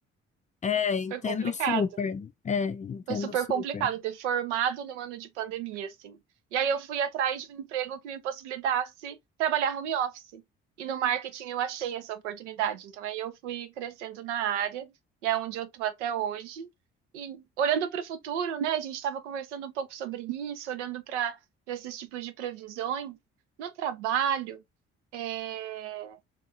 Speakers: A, on the left; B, on the right.
A: é, entendo
B: Foi complicado.
A: super. É, entendo
B: Foi super
A: super.
B: complicado ter formado num ano de pandemia, assim. E aí eu fui atrás de um emprego que me possibilitasse trabalhar home office. E no marketing eu achei essa oportunidade. Então aí eu fui crescendo na área e é onde eu tô até hoje. E olhando para o futuro, né? A gente estava conversando um pouco sobre isso, olhando para esses tipos de previsões. No trabalho, é,